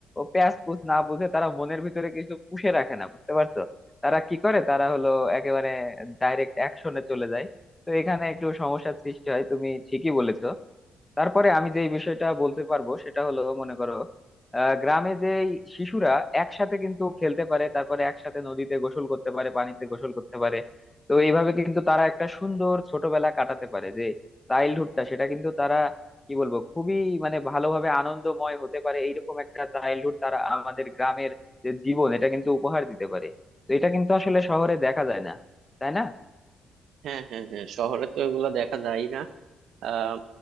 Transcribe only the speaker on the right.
হ্যাঁ হ্যাঁ হ্যাঁ শহরে তো এগুলা দেখা যায় না আহ